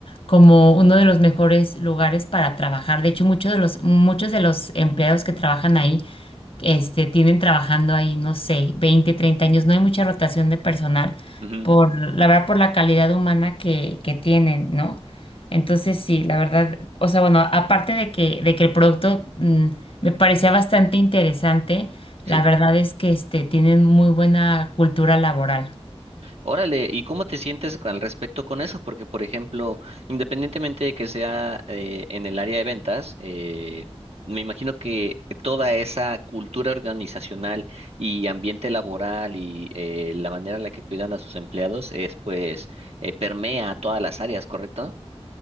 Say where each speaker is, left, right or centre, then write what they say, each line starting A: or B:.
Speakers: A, on the left; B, on the right.
A: como uno de los mejores lugares para trabajar. De hecho, muchos de los, muchos de los empleados que trabajan ahí, este, tienen trabajando ahí, no sé, 20 30 años. No hay mucha rotación de personal
B: Ujú,
A: por, la verdad, por la calidad humana que, que tienen, ¿no? Entonces, sí, la verdad, o sea, bueno, aparte de que, de que el producto mm, me parecía bastante interesante,
B: Sí.
A: la verdad es que este, tienen muy buena cultura laboral.
B: Órale, ¿y cómo te sientes al respecto con eso? Porque, por ejemplo, independientemente de que sea eh, en el área de ventas, eh, me imagino que toda esa cultura organizacional y ambiente laboral y eh, la manera en la que cuidan a sus empleados es, pues, eh, permea a todas las áreas, ¿correcto?